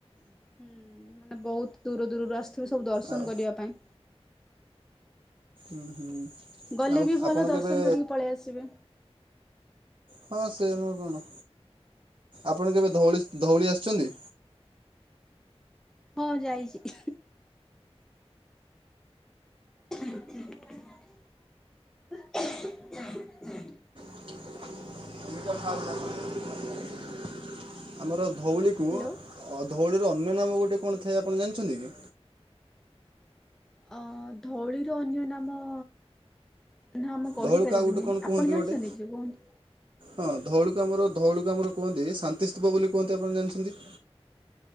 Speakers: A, in the centre; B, on the right.
A: ହୁଁ ମାନେ ବହୁତ ଦୂର ଦୂରରୁ ଆସିଥିବେ ସବୁ ଦର୍ଶନ
B: ଆଉ
A: କରିବା ପାଇଁ।
B: ଉଁ ହୁଁ
A: ଗଲେ
B: ଆଉ
A: ବି ଭଲ
B: ଆପଣ
A: ଦର୍ଶନ
B: କେବେ
A: କରିକି ପଳେଇ ଆସିବେ।
B: ହଁ ସେ ନୁହଁ କଣ ଆପଣ କେବେ ଧଉଳି ଧଉଳି ଆସିଛନ୍ତି?
A: ହଁ ଯାଇଛି। <unintelligible>
B: <unintelligible> ଆମର ଧଉଳିକୁ
A: ହ୍ୟାଲୋ
B: ଧଉଳିର ଅନ୍ୟ ନାମ ଗୋଟେ କଣ ଥାଏ ଆପଣ ଜାଣିଛନ୍ତି କି?
A: ଅ ଧଉଳିର ଅନ୍ୟ ନାମ ନା ମୁଁ କହିପାରିବିନି
B: ଧଉଳିକୁ ଆଉ ଗୋଟେ କ'ଣ କୁହନ୍ତି
A: ଆପଣ ଜାଣିଛନ୍ତି
B: ଗୋଟେ
A: କି କୁହନ୍ତୁ?
B: ହଁ ଧଉଳିକୁଆମର ଧଉଳିକୁ ଆମର କୁହନ୍ତି ଶାନ୍ତି ସ୍ଥୁପ ବୋଲି କୁହନ୍ତି ଆପଣ ଜାଣିଛନ୍ତି।